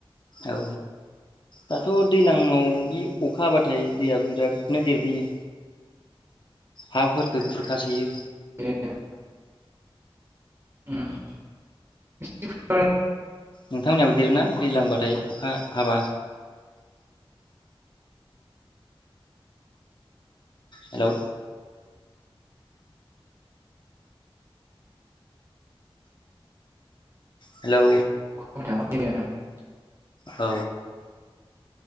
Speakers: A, on the left; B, on the right.
A: औ दाथ' दैलांआव बि अखा हाबाथाय दैया बिरादनो देरबोयो हाफोर गोखुरखासोयो
B: <inaudible> उम <unintelligible>
A: नोंथांमोननियाबो देरोना दैलांबाथाय अखा हाबा हेलौ हेलौ
B: <unintelligible>
A: औ